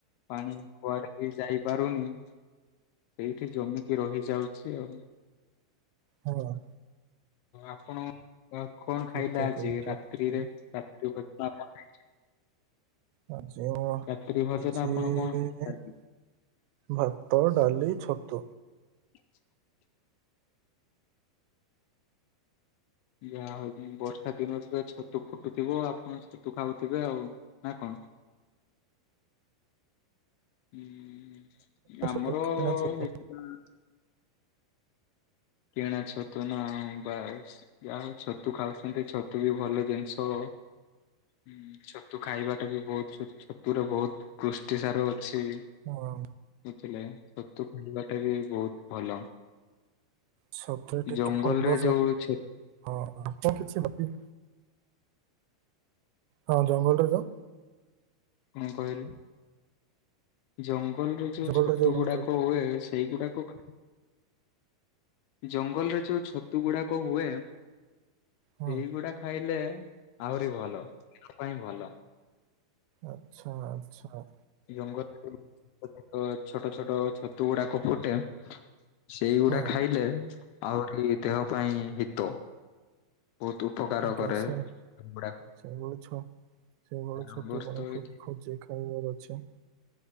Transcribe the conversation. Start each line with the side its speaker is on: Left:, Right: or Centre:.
Left: ପାଣି କୁଆଡେ ବି ଯାଇପାରୁନି ସେଇଠି ଜମିକି ରହିଯାଉଛି ଆଉ
Right: ହଁ।
Left: ଆପଣ କଣ
Right: ଠିକ୍
Left: ଖାଇଲେ
Right: କଥା
Left: ଆଜି
Right: କହିଲେ, ଠିକ୍
Left: ରାତ୍ରିରେ?
Right: କଥା କହିଲେ।
Left: <unintelligible>
Right: <unintelligible>
Left: ରାତ୍ରି ଭୋଜନ ଆପଣ କଣ ଖାଇଲେ?
Right: ଭାତ ଡାଲି ଛତୁ।
Left: <inaudible> ଯାହା ହଉଛି ବର୍ଷା ଦିନରେ ତ ଛତୁ ଫୁଟୁଥିବ ଆପଣ ଛତୁ ଖାଉଥିବେ ଆଉ ନା କଣ? ହୁଁ
Right: ଛତୁ
Left: ଆମର
Right: କିଣା ଛତୁ
Left: ହେଇଥିଲା। କିଣାଛତୁ ନା ଆଉ ବାସ୍ ଯାହା ହଉ ଛତୁ ଖାଉଛନ୍ତି ଛତୁ ବି ଭଲ ଜିନିଷ। ହଁ ଛତୁ ଖାଇବାଟା ବି ବହୁତଛ ଛତୁ ରେ ବହୁତ ପୁଷ୍ଟିସାର ଅଛି।
Right: ହଁ।
Left: ବୁଝିଲେ ଛତୁ ଖାଇବାଟା ବି ବହୁତ ଭଲ।
Right: ଛତୁରେ ଟିକେ
Left: ଜଙ୍ଗଲରେ
Right: ଫଙ୍ଗସ
Left: ଯୋଉ ଛ
Right: ହଁ ଆପଣ କିଛି ଭାବି ହଁ ଜଙ୍ଗଲରେ ତ
Left: କଣ କହିଲୁ ଜଙ୍ଗଲରେ ଯୋଉ
Right: ଜଙ୍ଗଲରେ
Left: ଛତୁ
Right: ଯାଉ କଣ
Left: ଗୁଡାକ
Right: କହିଲେ ଆପଣ
Left: ହୁଏ। ସେଇଗୁଡାକ ଜଙ୍ଗଲରେ ଯୋଉ ଛତୁ ଗୁଡାକ ହୁଏ।
Right: ହଁ
Left: ସେଇଗୁଡା ଖାଇଲେ ଆହୁରି ଭଲ ଦେହ ପାଇଁ ଭଲ।
Right: ଆଚ୍ଛା ଆଚ୍ଛା।
Left: ଜଙ୍ଗଲରେ ଛୋଟ ଛୋଟ ଛତୁ ଗୁଡାକ ଫୁଟେ। ସେଇଗୁଡା
Right: ହଁ
Left: ଖାଇଲେ ଆହୁରି ଦେହ ପାଇଁ ହିତ ବହୁତ। ଉପକାର
Right: ଆଜ୍ଞା
Left: କରେ
Right: ସେ
Left: ଗୁଡାକ
Right: ସେଇଭଳି ଛ ସେଇଭଳି ଛତୁ
Left: ଆମର
Right: କଣ
Left: ତ
Right: ଫୁଟ।
Left: ଏଇଠି
Right: ଖୋଜି ଖାଇବାର ଅଛି।